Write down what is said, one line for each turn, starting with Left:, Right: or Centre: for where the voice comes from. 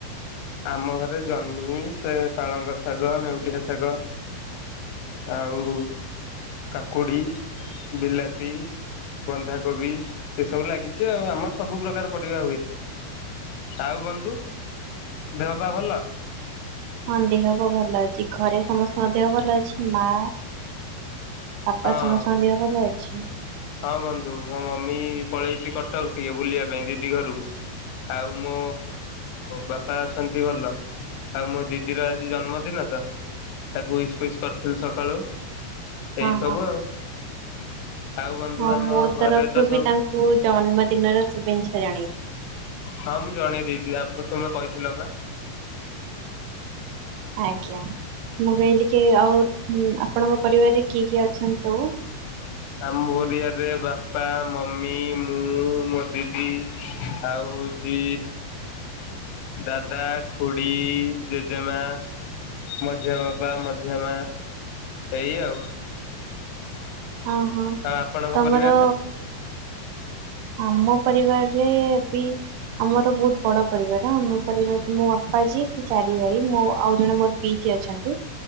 Left: ଆମ ଘରେ ଜହ୍ନି ସେ ପାଳଙ୍ଗ ଶାଗ ନେଉଟିଆ ଶାଗ। ଆଉ କାକୁଡ଼ି ବିଲାତି ବନ୍ଧାକୋବି ଏସବୁ ଲାଗିଛି ଆଉ ଆମର ସ ସବୁ ପ୍ରକାର ପରିବା ହୁଏ, ଆଉ ବନ୍ଧୁ ଦେହପା ଭଲ?
Right: ହଁ ଦେହ ପ ଭଲ ଅଛି ଘରେ ସମସ୍ତଙ୍କ ଦେହ ଭଲ ଅଛି ମା ବାପା
Left: ହଁ
Right: ସମସ୍ତଙ୍କ ଦେହ ଭଲ ଅଛି?
Left: ହଁ ବନ୍ଧୁ ମୋ ମମି ପଳେଇଛି କଟକ ଟିକେ ବୁଲିବା ପାଇଁ ଦିଦି ଘରକୁ। ଆଉ ମୋ ବାପା ଅଛନ୍ତି ଭଲ। ଆଉ ମୋ ଦିଦିର ଆଜି ଜନ୍ମଦିନ ତ ତାକୁ ଉଇସ୍ ଫ୍ଵିସ୍ କରିଥିଲି ସକାଳୁ।
Right: ହଁ
Left: ଏଇ ସବୁ
Right: ହଁ
Left: ଆଉ। ଆଉ ବନ୍ଧୁ
Right: ହଁ
Left: ଆମ
Right: ମୋ
Left: ଘରେ
Right: ତରଫରୁ
Left: ତ ସବୁ
Right: ବି ତାଙ୍କୁ ଜନ୍ମଦିନର ଶୁଭେଞ୍ଛା ଜଣେଇ।
Left: ହଁ ମୁଁ ଜଣେଇ ଦେଇଛି ଆପ ତମେ କହିଥିଲ ପା।
Right: ଆଜ୍ଞା ମୁଁ କହିଲି କି ଆଉ ଆପଣଙ୍କ ପରିବାରରେ କିଏ କିଏ ଅଛନ୍ତି ସବୁ?
Left: ଆମ ପରିବାରେ ବାପା ମମି ମୁଁ ମୋ ଦିଦି ଆଉ ଜି ଦାଦା ଖୁଡ଼ି ଜେଜେମା। ମଝିଆଁ ବାପା ମଝିଆଁ ମା ଏଇ ଆଉ।
Right: ଅହ
Left: ଆଉ ଆପଣଙ୍କ
Right: ତମର
Left: ପରିବାରରେ
Right: ଆମ ପରିବାରରେ ବି ଆମର ବୋହୁତ ବଡ଼ ପରିବାର ଆମ ପରିବାରରେ ମୋ ବାପା ଜିଏ ସେ ଚାରି ଭାଇ ମୋ ଆଉ ଜଣେ ମୋ ପିଇକି ଅଛନ୍ତି